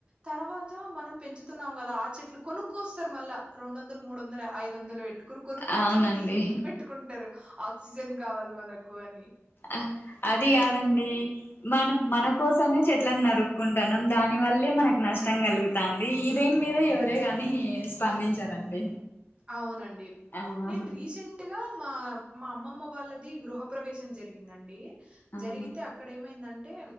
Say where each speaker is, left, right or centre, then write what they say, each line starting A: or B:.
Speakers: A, on the right; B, on the left.
A: తర్వాత మనం పెంచుతున్నాం కదా ఆ చెట్లు కొనుక్కొస్తారు మళ్ళా రెండు రెండు వందలు మూడు వందలు ఐదు వందలు పెట్ట్ కొనుక్కోచ్చుకొని
B: అవునండి
A: పెట్టుకుంటారు ఆక్సిజన్ కావాలి మనకు అని
B: ఆ అది కాదండి మనం మన కోసమే చెట్లలను నరుక్కుంటాన్నాం దాని వల్లే మనకు నష్టం కలుగుతాంది ఇ దని మీద ఎవరే గాని స్పందించారండి
A: అవునండి
B: ఆ
A: నేను రీసెంట్గా మా మా అమ్మమ్మ వాళ్ళది గృహ ప్రవేశం జరిగిందండి
B: ఆహా
A: జరిగితే అక్కడ ఏమైందం అంటే